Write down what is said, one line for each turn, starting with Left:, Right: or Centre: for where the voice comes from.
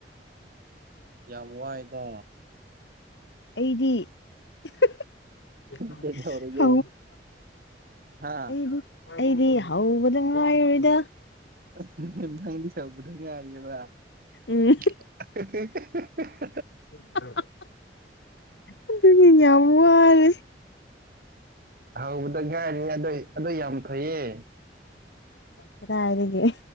Right: ꯌꯥꯝ ꯋꯥꯏꯗ
Left: ꯑꯩꯗꯤ ꯑꯧ <unintelligible>
Right: ꯀꯩꯗꯧꯔꯒꯦ ꯍꯥ
Left: ꯑꯩꯗꯤ ꯑꯩꯗꯤ ꯍꯧꯕꯗ ꯉꯥꯏꯔꯤꯗ
Right: <unintelligible>
Left: ꯎꯝ <unintelligible> ꯑꯗꯨꯗꯤ ꯌꯥꯝꯋꯥꯔꯦ
Right: ꯍꯧꯕꯗ ꯉꯥꯏꯔꯤ ꯑꯗꯨ ꯑꯗꯨ ꯌꯥꯝ ꯐꯩꯌꯦ
Left: ꯀꯗꯥꯏꯗꯒꯤ